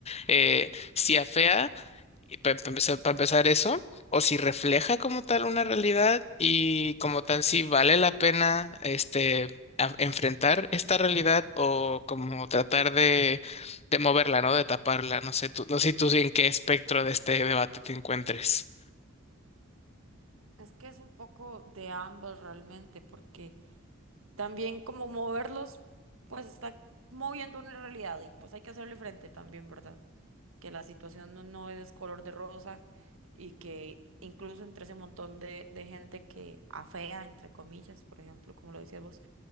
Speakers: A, on the left (about 30°); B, on the right (about 80°).
A: eh, si afea para empezar, pa empezar eso, o si refleja como tal una realidad y como tal
B: total.
A: si vale la pena este a- enfrentar esta realidad o como tratar de, de moverla, ¿no? De taparla. No sé tú, no sé tú en qué espectro de este debate te encuentres.
B: Es que es un poco de ambos realmente porque también como moverlos, pues está moviendo una realidad y pues hay que hacerle frente también, ¿verdad? que la situación no, no es color de rosa y que incluso entre ese montón de, de gente que afea, entre comillas, por ejemplo, como lo decías vos,